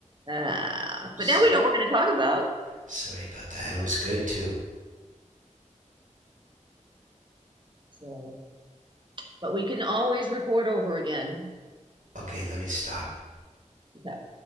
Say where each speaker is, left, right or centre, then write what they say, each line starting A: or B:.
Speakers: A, on the right; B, on the right.
A: Uh,
B: So
A: but now we know what we're gonna talk about.
B: sorry about that. That was good too.
A: So, but we can always record over again.
B: Okay, let me stop.
A: That